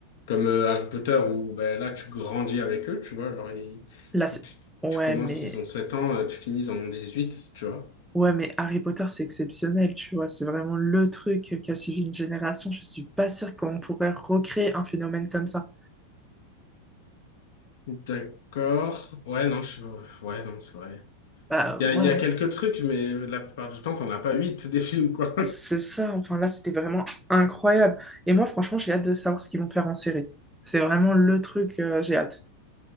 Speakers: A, on the left (about 55°); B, in the centre.
A: Comme euh, Harry Potter, où ben, là, tu grandis avec eux, tu vois. Genre, ils-
B: Là, c'est...
A: ils- tu,
B: Ouais,
A: tu commences,
B: mais...
A: ils ont 7 ans, euh, tu finis, ils en ont huit tu vois.
B: Ouais, mais Harry Potter, c'est exceptionnel, tu vois. C'est vraiment le truc qui a suivi une génération. Je suis pas sûre qu'on pourrait recréer un phénomène comme ça.
A: D'accord. Ouais, non, je- ouais, non, c'est vrai.
B: Bah
A: Il y
B: ouais.
A: a, il y a quelques trucs, mais la plupart du temps, t'en as pas 8 des films, quoi.
B: C'est ça, enfin là, c'était vraiment incroyable. Et moi, franchement, j'ai hâte de savoir ce qu'ils vont faire en série. C'est vraiment le truc, euh, j'ai hâte.